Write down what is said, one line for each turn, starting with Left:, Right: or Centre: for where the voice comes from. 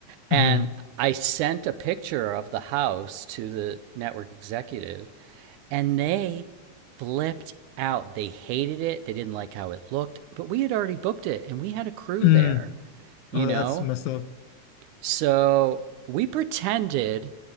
Right: and
Left: hmm
Right: I sent a picture of the house to the network executive, and they flipped out. They hated it. They didn't like how it looked, but we had already booked it, and we had a crew
Left: Mm.
Right: there, you
Left: Oh,
Right: know.
Left: that's messed up.
Right: So we pretended